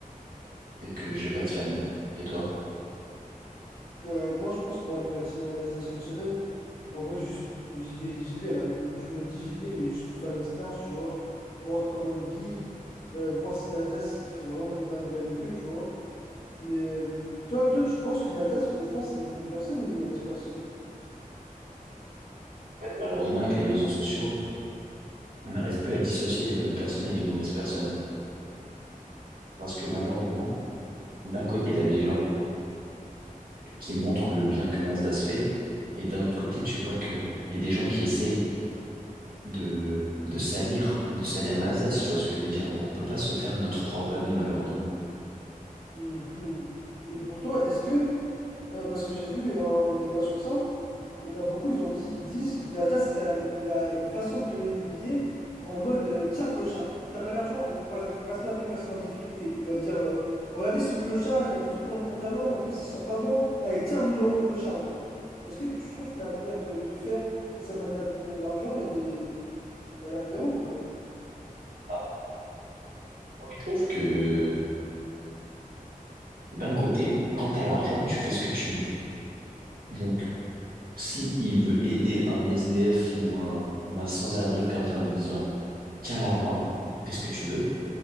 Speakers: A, on the right; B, on the left.
A: et que j'ai pas de famille. Et toi?
B: Euh, moi, je pense pour aller dans la team Anasdas une semaine, en vrai, juste, j'y vais, j'y vais là. Tu me le dis, j'y vais, mais juste pour faire une expérience, tu vois. Voir comment ils vivent, euh, voir si Nasdaq, il fait vraiment des dingueries avec eux, tu vois. Mais euh, toi, toi, tu penses que Nasdaq, au fond, c'est une bonne personne ou une mauvaise personne?
A: En fait, malheureusement, avec les réseaux sociaux, on n'arrive plus à dissocier les bonnes personnes et les mauvaises personnes. Parce que malheureusement, d'un côté, tu as des gens qui montrent le bien que Nasdaq fait, et d'un autre côté, tu vois que il y a des gens qui essayent de, de salir, de salir Nasdaq, si tu vois ce que je veux dire. Donc, on peut pas se faire notre propre avis, malheureusement.
B: Mhm. Et pour toi, est-ce que, euh, parce que j'ai vu un, un débat sur ça, il y en a beaucoup, ils ont dit, ils disent, Nasdaq, il a, il a une façon de donner des billets en mode, euh, tiens, clochard, t'as pas d'argent, euh, par exemple, il va snapper une personne en difficulté, il va dire, euh, regardez ce clochard, il a des trous dans le pantalon, en plus il sent pas bon, allez, tiens, 1000 euros clochard, voilà. Est-ce que tu trouves que la manière de, de faire et sa manière de donner de l'argent, elle est, elle est aberrante ou pas?
A: Ah, moi, Je trouve que D'un côté, quand t'as l'argent, tu fais ce que tu veux. Donc, si il veut aider un SDF ou un, ou un sans-abri comme ça en lui disant, tiens l'argent, fais ce que tu veux,